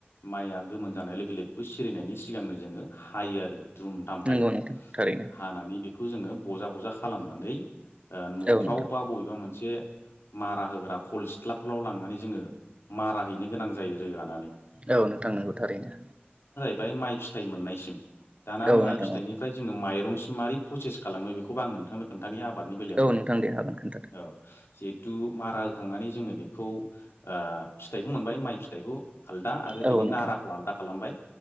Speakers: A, on the left (about 80°); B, on the right (about 30°).
A: माइआ गोमोन जानाय लोगो लोगोखौ सिरिनायनि सिगांनो जोङो हायो आरो धुम दाम हायो
B: नंगौ नोंथां थारैनो
A: हानानै बे खौ जोङो बजा बजा खालामनानै न'फ्राव
B: औ नोंथां
A: बा बबेबा मोनसे मारा होग्रा खल सिथ्लाफोरलाव लांनानै जोङो मारा हैनो गोनां जायो रोगानानै।
B: औ नोंथां नंगौ थारैनो
A: ओफाय माइ फिथाइ मोननायसिम दाना
B: औ
A: माइ
B: नोंथां
A: फिथाइ
B: औ
A: निफ्राय जों माइरं सि मारै प्रसेस खालामो बेखौबो आं नोंथांनो खोन्थानाय आबादनि बेलायावनो
B: औ नोंथां दे हागोन खोन्थादो
A: औ। जिहेथु मारा होखांनानै जोङो बेखौ ओ फिथाइखौ मोनबाय माइ फिथाइखौ हालद दा आरो
B: औ
A: बिनि
B: नोंथां
A: नाराखौ आलदा खालामबाय